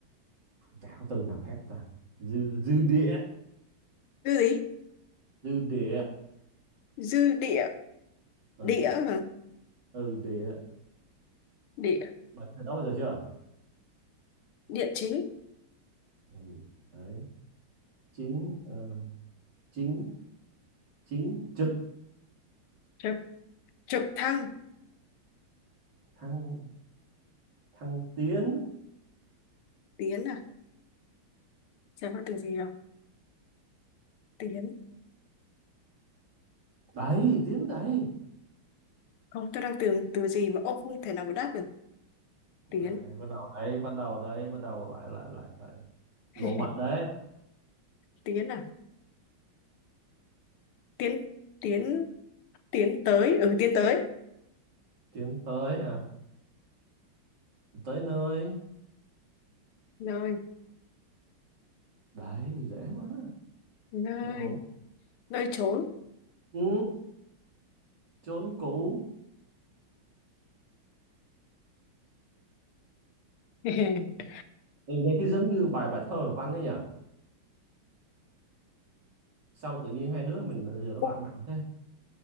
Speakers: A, on the right; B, on the left.
A: chả có từ nào khác ta dư dư địa
B: dư gì
A: dư địa
B: dư địa
A: ừ
B: địa hả
A: ừ địa
B: địa
A: bạn từ đó bao giờ chưa
B: địa chính
A: ừ. đấy chính ờ, chính chính trực
B: Trời, trực thăng
A: thăng thăng tiến
B: tiến à xem có từ gì không tiến
A: đấy tiến đấy
B: không tôi đang tưởng từ gì mà ông không thể nào mà đáp được
A: đấy,
B: tiến
A: bắt đầu đấy bắt đầu đấy bắt đầu lại lại lại lại
B: <laughs>
A: lộ mặt đấy
B: tiến à tiến tiến tiến tới ừ tiến tới
A: tiến tới à, tới nơi
B: nơi
A: đấy dễ quá
B: nơi
A: dễ ổn
B: nơi trốn
A: ừ, chốn cũ
B: <laughs>
A: nghe nghe cái giống như bài bài thơ văn ấy nhỉ sao mà tự nhiên hai đứa mình giờ nó
B: Cụ-
A: lãng mạn thế